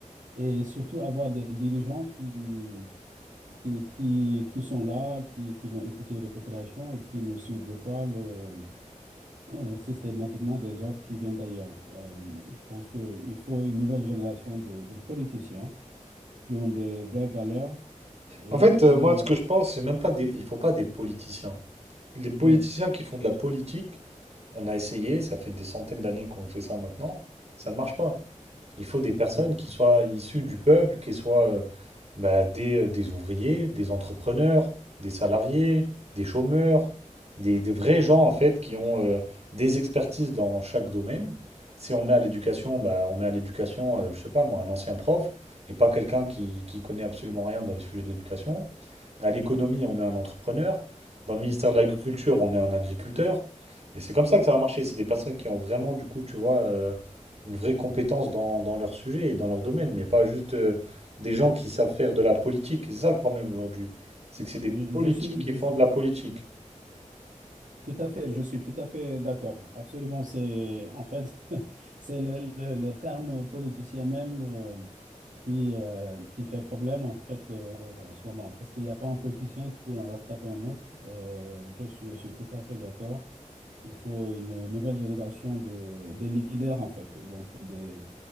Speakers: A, on the right (about 80°); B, on the right (about 55°).
A: et surtout avoir des dirigeants qui, qui, qui, qui sont là, qui, qui vont écouter les populations et qui ne suivent pas le euh, systématiquement des ordres qui viennent d'ailleurs. Euh, je pense qu'il faut une nouvelle génération de, de politiciens qui ont des vraies valeurs et
B: En fait,
A: qui...
B: euh, moi, ce
A: euh,
B: que je pense, c'est même pas des... il faut pas des politiciens. Les politiciens
A: oui,
B: qui font de la politique, on a essayé, ça fait des centaines d'années qu'on fait ça maintenant, ça ne marche pas. Il faut des personnes
A: oui.
B: qui soient issues du peuple, qui soient euh, bah, des, euh, des ouvriers, des entrepreneurs, des salariés, des chômeurs, des, des vrais gens en fait qui ont euh, des expertises dans chaque domaine. Si on met à l'éducation, bah, on met à l'éducation, euh, je sais pas moi, un ancien prof et pas quelqu'un qui, qui connaît absolument rien dans les sujets de l'éducation. À l'économie, on met un entrepreneur. Dans le ministère de l'Agriculture, on met un agriculteur. Et c'est comme ça que ça va marcher. C'est des personnes qui ont vraiment, du coup, tu vois, euh, une vraie compétence dans, dans leur sujet et dans leur domaine, mais pas juste euh, des gens qui savent faire de la politique. C'est ça le problème aujourd'hui. C'est
A: Je,
B: que c'est des politiques
A: je suis,
B: qui
A: je
B: font
A: suis
B: de
A: tout,
B: la politique.
A: tout à fait, je suis tout à fait d'accord. Absolument, c'est en fait, <laughs> c'est le, le- le terme politicien même euh, qui, euh, qui fait problème en fait euh, en ce moment, parce qu'il n'y a pas un politicien qui pourrait en rattraper un autre. Euh, je suis, je suis tout à fait d'accord. Il faut une nouvelle génération de, des leaders, en fait, donc des,